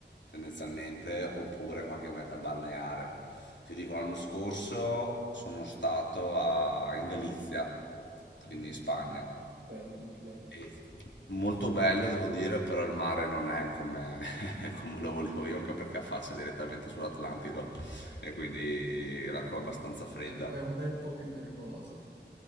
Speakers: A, on the left; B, on the right.
A: tendenzialmente, oppure qualche meta balneare. Ti dico, l'anno scorso sono stato a- in Galizia,
B: Mm,
A: quindi in Spagna.
B: bello, molto bello.
A: E molto bello, devo dire, però il mare non è come, <laughs> come lo volevo io, anche perché affaccia direttamente sull'Atlantico e quindi l'acqua
B: No,
A: è abbastanza
B: no,
A: fredda.
B: è un po', è un bel po' più nervoso.